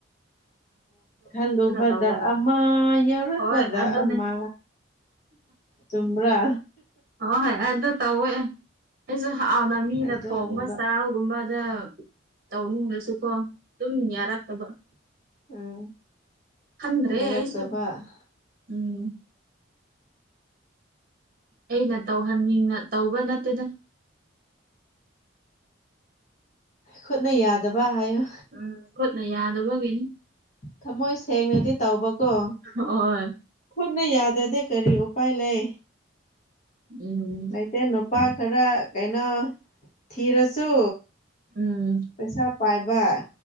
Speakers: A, on the left; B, on the right.
A: <inaudible> ꯈꯜꯂꯨꯕꯗ
B: ꯇꯧꯔꯒ
A: ꯑꯝꯃ ꯌꯥꯎꯔꯛꯄꯗ
B: ꯍꯣꯏ ꯑꯗꯨꯅꯦ
A: ꯑꯃ ꯆꯨꯝꯕ꯭ꯔꯥ
B: ꯍ‌ꯣ ꯍꯣꯏ ꯑꯗꯨ ꯇꯧꯋꯦ ꯑꯩꯖꯨ ꯍꯥꯎꯅ ꯃꯤꯅ
A: ꯑꯗꯨꯅꯦꯕ
B: ꯊꯣꯡꯕ ꯆꯥꯍꯧ ꯨꯒꯨꯝꯕꯗ ꯇꯧꯅꯤꯡꯂꯁꯨꯀꯣ ꯑꯗꯨꯝ ꯌꯥꯔꯛꯇꯕ
A: ꯎꯝ
B: ꯈꯟꯗ꯭ꯔꯦ
A: ꯌꯥꯔꯛꯇꯕ
B: ꯑꯩꯁꯨ ꯎꯝ ꯑꯩꯅ ꯇꯧꯍꯟꯅꯤꯡꯅ ꯇꯧꯕ ꯅꯠꯇ‌ꯦꯗ
A: ꯈꯨꯠꯅ ꯌꯥꯗꯕ ꯍꯥꯏꯌꯨ
B: ꯎꯝ ꯈꯨꯠꯅ ꯌꯥꯗꯕꯒꯤꯅꯤ
A: ꯊꯃꯣꯏ ꯁꯦꯡꯅꯗꯤ ꯇꯧꯕꯀꯣ
B: ꯍꯣꯏ
A: ꯈꯨꯠꯅ ꯌꯥꯗꯗꯤ ꯀꯔꯤ ꯎꯄꯥꯏ ꯂꯩ
B: ꯎꯝ
A: ꯂꯩꯇꯦ ꯅꯨ ꯄꯥ ꯈꯔ ꯀꯩꯅꯣ ꯊꯤꯔꯁꯨ
B: ꯎꯝ
A: ꯄꯩꯁꯥ ꯄꯥꯏꯕ